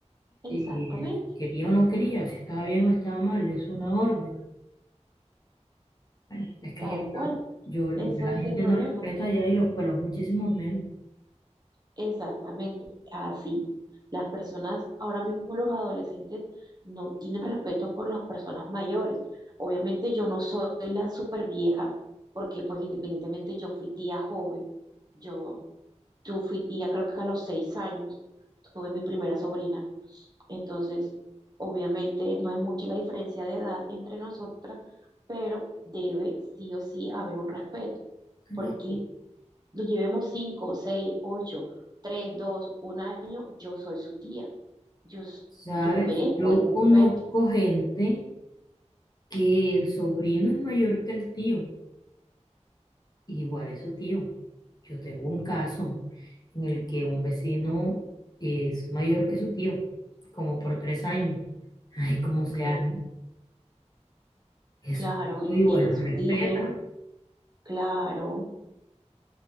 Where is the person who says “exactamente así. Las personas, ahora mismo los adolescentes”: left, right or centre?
Right